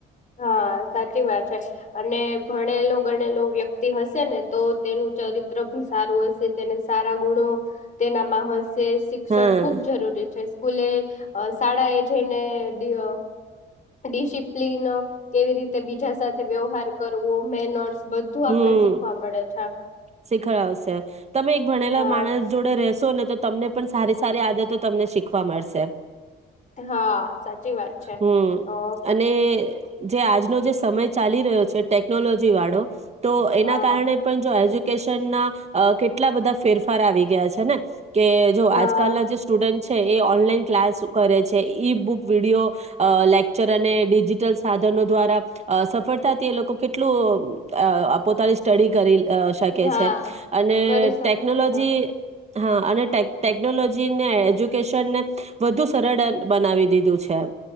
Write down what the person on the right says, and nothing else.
હા
હમ
શીખવા આવશે તમે એક ભણેલા
માણસ જોડે રશો ને તો તમને પણ સારી સારી આદતો તમને શીખવા મળશે
હમ
અને જે આજનો જે સમય ચાલી રહ્યો છે ટેકનોલોજી વાળો તો એના
કારણે પણ જો એજ્યુકેશન ના અ કેટલા બધા ફેરફાર આવી ગયા છે ને કે જો
આજકાલના જે સ્ટુડન્ટ એ ઓનલાઈન ક્લાસ કરે છે ઈ બુક વિડીયો લેક્ચર અને ડિજિટલ સાધનો દ્વારા સફળતાથી એ લોકો કેટલું અ પોતાની સ્ટડી કરી શકે
છે અને
ટેકનોલોજી
હા અનેટે ટેકનોલોજીને એજ્યુકેશનને વધુ સરળ બનાવી દીધું છે એ